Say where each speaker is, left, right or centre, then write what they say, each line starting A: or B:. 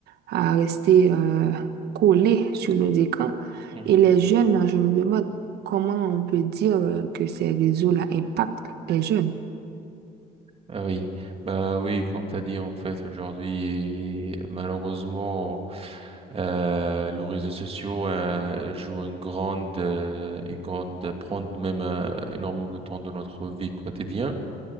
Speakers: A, on the right; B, on the right.
A: à rester euh, collés sur nos écrans.
B: mhm.
A: Et les jeunes, là, je me demande comment on peut dire euh, que ces réseaux-là impactent les jeunes.
B: Ah oui, bah oui, comme t'as dit en fait aujourd'hui, malheureusement, euh, les réseaux sociaux euh, jouent une grande, euh, une grande, prennent même euh, énormément de temps de notre vie quotidienne